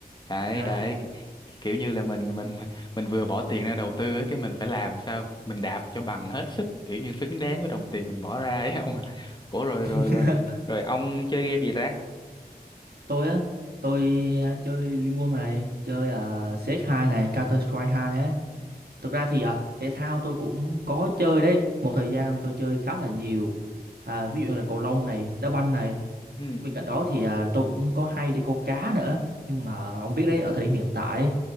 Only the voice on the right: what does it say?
À,
<laughs>
tôi á, tôi chơi Liên Quân này, chơi uh, CS2 này, Counter Strike hai ấy. Thực ra thì à, thể thao tôi cũng có chơi đấy. Một thời gian tôi chơi khá là nhiều. À, ví dụ như là cầu lông này, đá banh này.
Bên cạnh đó thì à, tôi cũng có hay đi câu cá nữa. Nhưng mà ông biết đấy, ở thời điểm hiện tại,